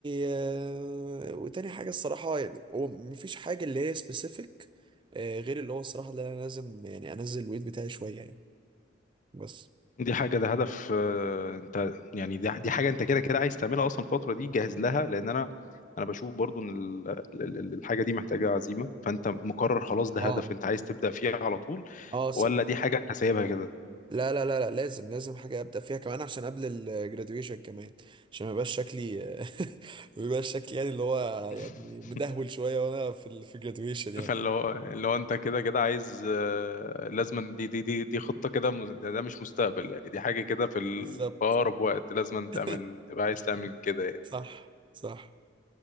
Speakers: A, on the right (about 25°); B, on the left (about 40°).
A: آه، وتاني حاجه الصراحه يعني هو مفيش حاجه اللي هي سبيسيفيك غير اللي هو الصراحه اللي انا لازم يعني انزل الويت بتاعي شويه يعني بس
B: دي حاجه ده هدف آه، انت يعني دي دي حاجه انت كده كده عايز تعملها اصلا الفتره دي جاهز لها لان انا انا بشوف برضو ان ال- ال- ال- الحاجه دي محتاجه عزيمه فانت مقرر خلاص ده
A: اه
B: هدف انت عايز تبدا فيه على طول
A: اه
B: ولا دي حاجه انت سايبها
A: لا لا لا لا لازم لازم حاجة أبدأ فيها كمان عشان قبل الجراديويشن كمان عشان ما يبقاش شكلي <laughs> ما يبقاش شكلي يعني اللي هو
B: كده
A: يعني مدهول شوية وأنا في ال في الجراديويشن يعني
B: فاللي هو اللي هو انت كده كده عايز آه، لازما دي دي دي دي خطة كده مز- ده, ده مش مستقبل يعني دي حاجة كده في ال-
A: بالظبط
B: في أقرب وقت لازما
A: <laughs>
B: تعمل تبقى عايز تعمل كده يعني
A: صح صح